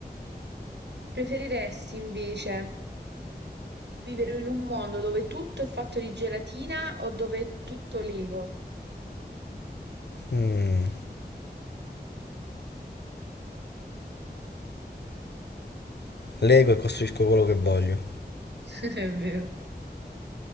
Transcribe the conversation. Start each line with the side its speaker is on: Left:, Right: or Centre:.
Right: preferiresti invece Vivere in un mondo dove tutto è fatto di gelatina o dove è tutto Lego.
Left: Mm, lego e costruisco quello che voglio.
Right: <laughs> È vero.